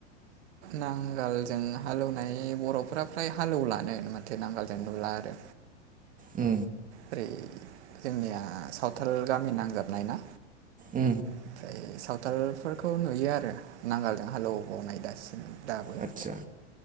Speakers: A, on the right; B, on the right.
A: नांगालजों हालेवनाय बर'फ्रा फ्राय हालेवलानो माथो नांगालजों बा आरो
B: उ
A: ओरै जोंनिया सावथाल गामि नांजाबनाय ना
B: उ
A: ओमफ्राय सावथालफोरखौ नुयो आरो नांगालजों हालेव बावनाय दासिम दाबो
B: आतसा